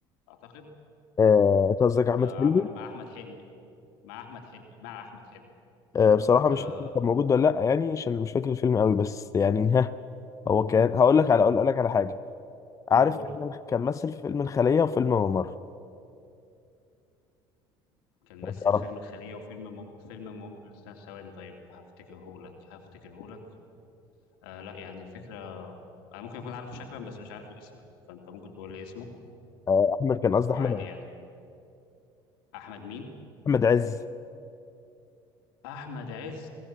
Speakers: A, on the left; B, on the left.
A: اعتقد
B: آه، أنت قصدك أحمد
A: آه
B: حلمي
A: عمل مع احمد حلمي مع احمد حلمي مع احمد حلمي
B: آه بصراحة مش
A: آه
B: فاكر كان موجود ولا لأ يعني عشان مش فاكر الفيلم قوي بس يعني <laughs> ها هو كان هقول لك على أقول لك على حاجة عارف
A: قول
B: فيلم- كان مثل في فيلم الخلية وفيلم ممر
A: كان
B: لو
A: مثل
B: تعرف
A: فيلم الخلية وفيلم م... فيلم م... استنى ثواني طيب هفتكرهولك هفتكرهولك آه لا يعني الفكرة أنا ممكن أكون عارفه شكلا بس مش عارفه اسما فأنت ممكن تقول لي اسمه
B: آه أحمد كان قصدي
A: وعادي
B: أحمد عز
A: يعني أحمد مين؟
B: أحمد عز
A: أحمد عز